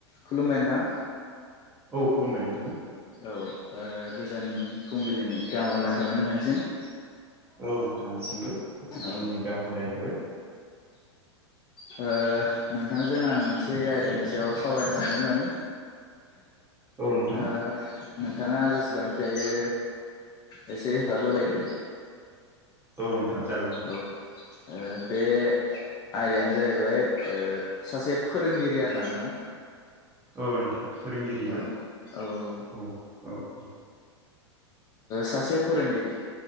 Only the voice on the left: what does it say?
खुलुमबाय नोंथां।
औ गोजोन फुंबिलिनि गाहामाव लायना थाबाय नोंथांनिसिम।
औ
औ नोंथां। जों आं मोनसे आयदानि सायाव सावरायनो सानदोंमोन।
ओ नोंथांआ जेसेबांखि हायो एसे हेफाब होलायदो।
औ ओ बे आयदायानो जाहैबाय ओ सासे फोरोंगिरि आरोना नोंथां।
औ
औ ओ
सासे फोरोंगिरि